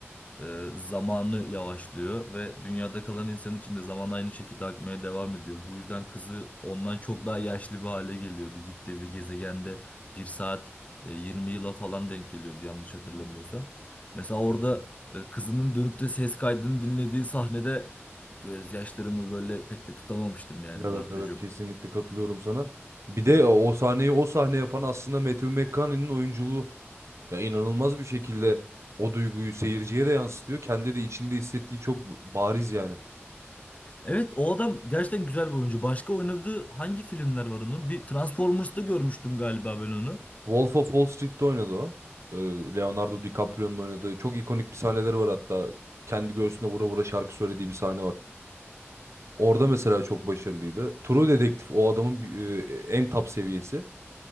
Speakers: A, on the left; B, on the right.
A: e, zamanı yavaşlıyor ve dünyada kalan insan için de zaman aynı şekilde akmaya devam ediyor. Bu yüzden kızı ondan çok daha yaşlı bir hale geliyordu. Gittiği bir gezegende bir saat e, 20 yıla falan denk geliyordu yanlış hatırlamıyorsam. Mesela orada e, kızının dönüp de ses kaydını dinlediği sahnede gözyaşlarımı böyle pek de tutamamıştım yani
B: Evet
A: Bartucuğum.
B: evet kesinlikle katılıyorum sana. Bir de o o sahneyi o sahne yapan aslında Matthew McConaughey'nin oyunculuğu ya inanılmaz bir şekilde o duyguyu seyirciye de yansıtıyor. Kendi de içinde hissettiği çok bariz yani.
A: Evet o adam gerçekten güzel bir oyuncu. Başka oynadığı hangi filmler var onun? Bir Transformers'ta görmüştüm galiba ben onu.
B: Wolf of Wall Street'te oynadı o. Ee, Leonardo DiCaprio'nun oynadığı çok ikonik bir sahneleri var hatta. Kendi göğsüne vura vura şarkı söylediği bir sahne var. Orada mesela çok başarılıydı. True Detective o adamın e, en top seviyesi.